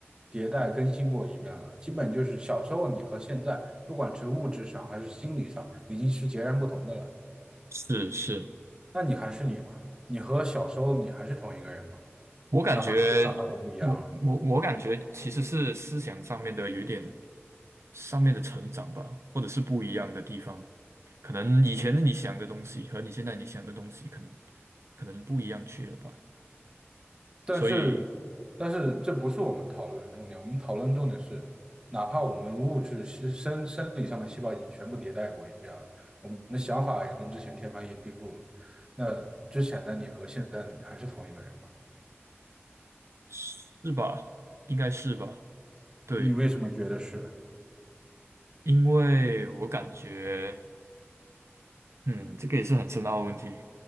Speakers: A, on the right; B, on the right.
A: 迭代更新过一遍了，基本就是小时候你和现在，不管是物质上还是心理上，已经是截然不同的了。
B: 是是，
A: 那你还是你嘛？你和小时候你还是同一个人嘛？
B: 我感觉，
A: 哪怕思想上都不一样了。
B: 我我我感觉其实是思想上面的有一点上面的成长吧，或者是不一样的地方。可能以前你想的东西和你现在你想的东西，可能可能不一样去了吧。
A: 但是，
B: 所以
A: 但是这不是我们讨论的重点。我们讨论的重点是，哪怕我们物质是生生理上的细胞已经全部迭代过一遍了，我们的想法也跟之前天翻地覆了。那之前的你和现在的你还是同一个人吗？
B: 是吧？应该是吧？对，
A: 你为什么觉得是？
B: 因为我感觉，嗯，这个也是很深奥的问题，